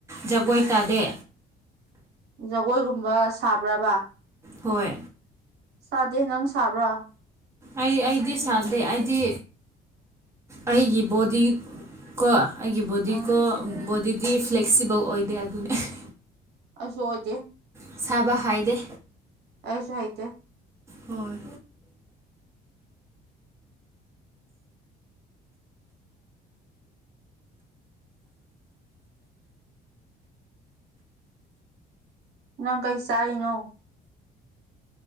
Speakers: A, on the right; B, on the right.
A: ꯖꯒꯣꯏ ꯇꯥꯗꯦ
B: ꯖꯒꯣꯏꯒꯨꯝꯕ ꯁꯥꯕ꯭ꯔꯥꯕ
A: ꯍꯣꯏ
B: ꯁꯥꯗꯦ ꯅꯪ ꯁꯥꯕ꯭ꯔꯥ
A: ꯑꯩ ꯑꯩꯗꯤ ꯁꯥꯗꯦ ꯑꯩꯗꯤ ꯑꯩꯒꯤ ꯕꯣꯗꯤ ꯀꯣ ꯑꯩꯒꯤ ꯕꯣꯗꯤꯀꯣ
B: ꯑꯥ
A: ꯕꯣꯗꯤꯗꯤ ꯐ꯭ꯂꯦꯛꯁꯤꯕꯜ ꯑꯣꯏꯗꯦ ꯑꯗꯨꯅꯦ <unintelligible>
B: ꯑꯩꯁꯣ ꯑꯣꯏꯖꯡꯗꯦ
A: ꯁꯥꯕ ꯍꯥꯏꯗꯦ
B: ꯑꯩꯁꯨ ꯍꯩꯇꯦ
A: ꯍꯣꯏ
B: ꯅꯪ ꯀꯩ ꯆꯥꯏ ꯅꫭ